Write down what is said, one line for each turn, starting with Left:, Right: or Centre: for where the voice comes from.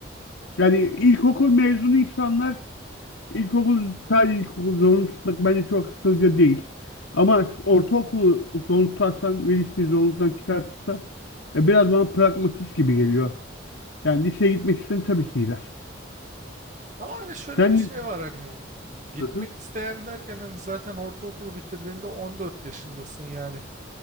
Left: Yani ilkokul mezunu insanlar İlkokul sadece ilkokul zorunlu tutmak bence çok akıllıca değil. Ama ortaokulu zorunlu tutarsan ve liseyi zorunluluktan çıkartırsan e, biraz bana pragmatist gibi geliyor. Yani liseye gitmek isteyen tabii ki gider.
Right: Ama hani şöyle
Left: Sen
Right: bir şey
Left: ne-
Right: var hani gitmek
Left: Hı
Right: isteyen derken hani zaten ortaokulu bitirdiğinde 14 yaşındasın yani.